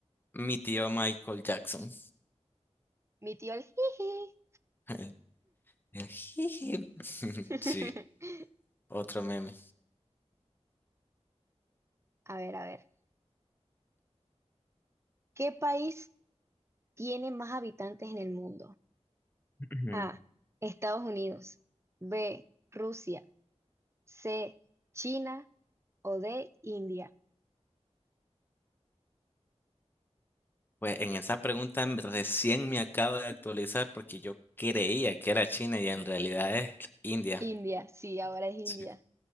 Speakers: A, on the left (about 15°); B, on the right (about 25°).
A: mi tío Michael Jackson.
B: Mi tío el jiji.
A: <laughs> El- jiji. <laughs>
B: <laughs>
A: Sí, otro meme.
B: A ver, a ver. ¿Qué país tiene más habitantes en el mundo?
A: <laughs>
B: A, Estados Unidos. B, Rusia. C, China o D, India.
A: Pues en esa pregunta m- recién me acabo de actualizar porque yo creía que era China y en realidad es India.
B: India, sí, ahora es India.
A: Sí.